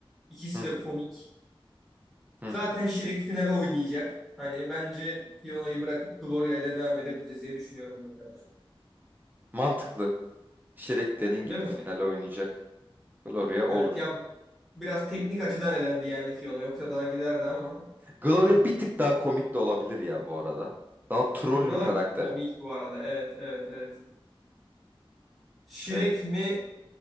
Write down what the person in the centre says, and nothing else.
İkisi
de komik.
Zaten
Şirek finale oynayacak. Hani bence Fiona'yı bırakıp Gloria ile devam edebiliriz diye düşünüyorum bu sefer.
Değil mi?
Evet ya biraz teknik açıdan elendi yani Fiona yoksa daha giderdi ama.
Buralar
komik bu arada. Evet evet evet. Şirek
mi